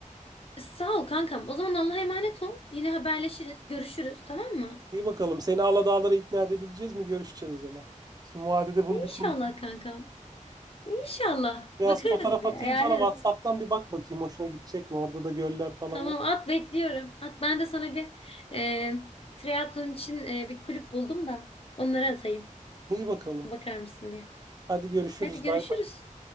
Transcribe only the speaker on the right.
İyi bakalım. Seni Aladağlara ikna edebileceğiz mi? Görüşeceğiz o zaman. Son vadede bunu
bir
konuş.
Biraz
fotoğraf
atayım
sana WhatsApp'tan bir bak bakayım hoşuna gidecek mi? Orada da göller falan
var.
İyi bakalım.
Hadi görüşürüz.
Bay bay.